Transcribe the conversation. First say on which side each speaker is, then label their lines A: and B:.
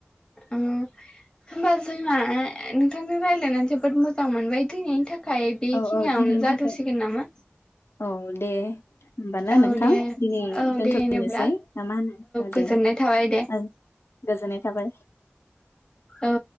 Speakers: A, on the left; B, on the left.
A: उम होनबा जोंहा नोंथांजों रायज्लायनानै जोबोद मोजां मोनबाय दिनैनि थाखाय बेखिनियावनो
B: औ औ दिनैनि
A: जाथ'सिगोन
B: थाखाय
A: नामा?
B: औ दे होनोमबा ना
A: औ
B: नोंथां
A: दे
B: दिनै
A: औ
B: दोनथ'फैनोसै
A: दे होनोब्ला
B: ना मा होनो औ
A: गोजोननाय
B: दे
A: थाबाय दे
B: ओ गोजोननाय थाबाय।
A: औ।